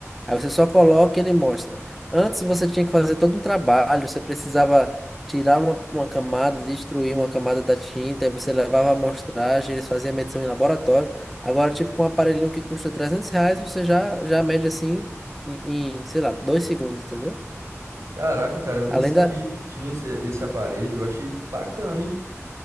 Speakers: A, in the centre; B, on the right.
A: Aí você só coloca e ele mostra. Antes você tinha que fazer todo um trabalho, você precisava tirar uma, uma camada, destruir uma camada da tinta, aí você levava a amostragem, eles faziam a medição em laboratório. Agora, tipo, com um aparelhinho que custa 300 reais, você já, já mede assim em, em, sei lá, dois segundos, entendeu?
B: Caraca, cara, eu nem
A: Além
B: sabia
A: da,
B: que tinha esse, esse aparelho. Eu achei bacana, hein?